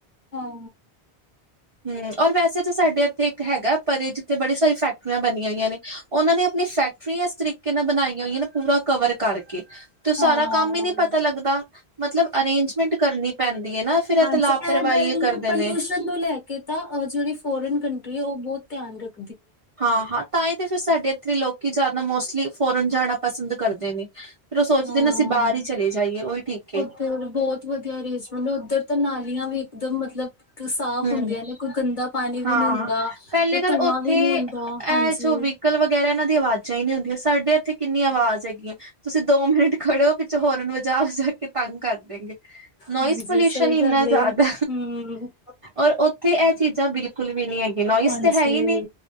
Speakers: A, on the left (about 50°); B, on the right (about 35°).
A: ਹਾਂ
B: ਹੂੰ ਔਰ ਵੈਸੇ ਤਾਂ ਸਾਡੇ ਇੱਥੇ ਇੱਕ ਹੈਗਾ ਪਰੇ ਜਿੱਥੇ ਬੜੀ ਸਾਰੀ ਫੈਕਟਰੀਆਂ ਬਣੀਆਂ ਹੋਈਆਂ ਨੇ ਉਹਨਾਂ ਨੇ ਆਪਣੀ ਫੈਕਟਰੀਆਂ ਇਸ ਤਰੀਕੇ ਨਾਲ ਬਣਾਈਆਂ ਹੋਈਆਂ ਨੇ ਪੂਰਾ ਕਵਰ ਕਰਕੇ ਤੇ ਉਹ ਸਾਰਾ
A: ਹਾਂ-ਹਾਂ
B: ਕੰਮ ਹੀ ਨਹੀਂ ਪਤਾ ਲੱਗਦਾ ਮਤਲਬ ਅਰੇਂਜਮੈਂਟ ਕਰਨੀ ਪੈਂਦੀ ਹੈ ਨਾ ਫਿਰ ਇਹ
A: ਹਾਂਜੀ
B: ਤੇ ਲਾਪਰਵਾਹੀ
A: ਇਹ ਗੱਲ
B: ਕਰਦੇ
A: ਨੂੰ ਪਲਿਊਸ਼ਨ
B: ਨੇ
A: ਨੂੰ ਲੈ ਕੇ ਤਾਂ ਜੇਹੜੀ ਫੋਰਨ ਕੰਟ ਉਹ ਬਹੁਤ ਧਿਆਨ ਰੱਖ
B: ਹਾਂ-ਹਾਂ ਤਾਂ ਹੀ ਤੇ ਫਿਰ ਸਾਡੇ ਇਥੇ ਲੋਕੀ ਜ਼ਿਆਦਾ ਮੋਸਟਲੀ ਫੋਰਨ ਜਾਣਾ ਪਸੰਦ ਕਰਦੇ ਨੇ। ਫਿਰ ਉਹ ਸੋਚਦੇ
A: ਹਾਂ
B: ਨੇ ਅਸੀਂ ਬਾਹਰ ਹੀ ਚਲੇ ਜਾਈਏ ਉਹੀ ਠੀਕ ਹੈ
A: ਉੱਧਰ ਬਹੁਤ ਵਧੀਆ ਅਰੇਂਜਮੈਂਟ ਹੈ। ਉੱਧਰ ਤਾਂ ਨਾਲੀਆਂ ਵੀ ਇਕਦਮ ਮਤਲਬ ਸਾਫ਼
B: ਹਮ
A: ਹੁੰਦੀਆਂ ਨੇ ਕੋਈ ਗੰਦਾ ਪਾਣੀ
B: ਹਾਂ
A: ਵੀ ਨੀ ਹੁੰਦਾ।
B: ਪਹਿਲੀ
A: ਤੇ
B: ਗੱਲ
A: ਧੂੰਆਂ
B: ਉੱਥੇ
A: ਵੀ ਨੀ ਹੁੰਦਾ
B: ਇਹ
A: ਹਾਂਜੀ
B: ਜੋ ਵਹੀਕਲ ਵਗੈਰਾ ਇਹਨਾਂ ਦੀ ਆਵਾਜ਼ਾਂ ਹੀ ਨਹੀਂ ਹੁੰਦੀਆਂ ਸਾਡੇ ਇੱਥੇ ਕਿੰਨੀ ਆਵਾਜ਼ ਹੈਗੀਆਂ। ਤੁਸੀਂ ਦੋ ਮਿੰਟ ਖੜੇ ਹੋ ਪਿਛੋਂ ਹੋਰਨ ਵਜਾ-ਵਜਾ ਕੇ ਤੰਗ ਕਰ ਦੇਂਗੇ ਨੋਇਜ਼
A: ਹਾਂਜੀ
B: ਪੋਲਿਊਸ਼ਨ
A: ਸਹੀ
B: ਇੰਨਾ
A: ਗੱਲ
B: ਜ਼ਿਆਦਾ
A: ਏ। ਹੂੰ
B: ਔਰ ਉੱਥੇ ਇਹ ਚੀਜ਼ਾਂ ਬਿਲਕੁਲ ਵੀ ਨੀ ਹੈਗੀਆਂ ਨੋਇਜ਼
A: ਹਾਂਜੀ
B: ਤੇ ਹੈ ਹੀ ਨੀ